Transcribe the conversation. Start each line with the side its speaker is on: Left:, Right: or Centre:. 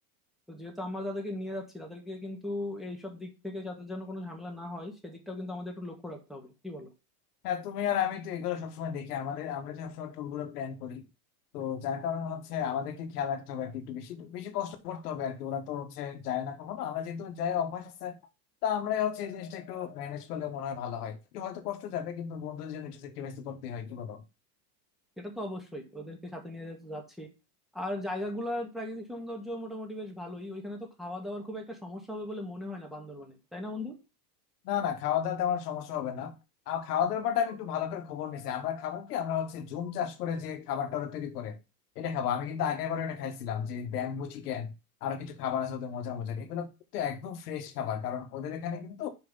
Centre: তো যেহেতু আমরা তাদেরকে নিয়ে যাচ্ছি তাদেরকে কিন্তু এইসব দিক থেকে যাতে যেন কোনো ঝামেলা না হয় সেদিকটাও কিন্তু আমাদের একটু লক্ষ্য রাখতে হবে কি বলো
Left: হ্যাঁ তুমি আর আমি তো এগুলো সবসময় দেখি আমাদের আমরা যে সবসময় ট্যুর গুলো প্ল্যান করি তো যার কারণে হচ্ছে আমাদেরকে খেয়াল রাখতে হবে আর কি একটু বেশি বেশি কষ্ট করতে হবে আর কি ওরা তো হচ্ছে যায় না কখনো আমরা যেহেতু যাই অভ্যাস আছে তা আমরাই হচ্ছে এই জিনিসটা একটু ম্যানেজ করলে মনে হয় ভালো হয় একটু হয়তো কষ্ট যাবে কিন্তু বন্ধুদের জন্য একটু স্যাক্রিফাইস করতে হয় কি বলো?
Centre: এটা তো অবশ্যই ওদেরকে সাথে নিয়ে যেহেতু যাচ্ছি আর জায়গাগুলোর প্রাকৃতিক সৌন্দর্য মোটামুটি বেশ ভালোই ওইখানে তো খাওয়া দাওয়ার খুব একটা সমস্যা হবে বলে মনে হয় না বান্দরবানে তাই না বন্ধু
Left: না না খাওয়া দাওয়াতে আমার সমস্যা হবে না আর খাওয়া দাওয়ার ব্যাপারটা আমি একটু ভালো করে খবর নিছি আমরা খাবার কি আমরা হচ্ছে জুম চাষ করে যে খাবারটা ওরা তৈরি করে এটা খাবো আমি কিন্তু আগের বার এটা খাইছিলাম যে ব্যাম্বু চিকেন আরো কিছু খাবার আছে ওদের মজা মজার এগুলো কিন্তু একদম ফ্রেশ খাবার কারণ ওদের এখানে কিন্তু